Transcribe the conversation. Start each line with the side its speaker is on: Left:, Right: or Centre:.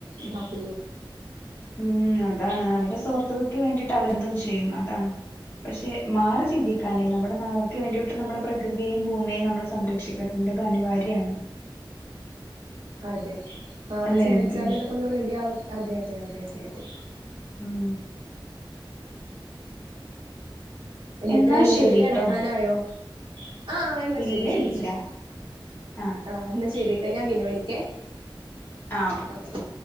Right: ഇതാക്കുന്നു
Left: ഉറ അതാണ് അവര്ടെ സ്വാർത്ഥതക്ക് വേണ്ടീട്ടവരെന്തും ചെയ്യും അതാണ് പഷെ മാറ് ച് ഇന്തിക്കാനേ
Right: അതെ
Left: നമ്മുടെ നാളെക്ക് വേണ്ടീട്ട് നമ്മടെ പ്രകൃത്യേറ ഭൂമിയേം നമ്മള് സംരക്ഷിക്കേണ്ടത് അനിവാര്യാണ്
Right: അതെ മാറി
Left: അല്ലെ
Right: ചിന്തിച്ചാല്
Left: ഉം
Right: ഇതൊക്കൊന്ന് റെഡി ആവും അതെതെതെതതെ
Left: ഉം
Right: എന്നിട്ട്
Left: എന്നാ
Right: നിങ്ങൾക്ക്
Left: ശരിട്ടോ
Right: കിടക്കാനായോ ആഹ് എന്നാ
Left: ഇല്ല
Right: ശരി ശരി
Left: ഇല്ല
Right: ശരി
Left: ആ
Right: ആഹ് എന്നാ ശരിട്ടോ ഞാൻ പിന്നെ വിളിക്കേ
Left: ആ ഓക്കെക്കെ
Right: ഓക്കെ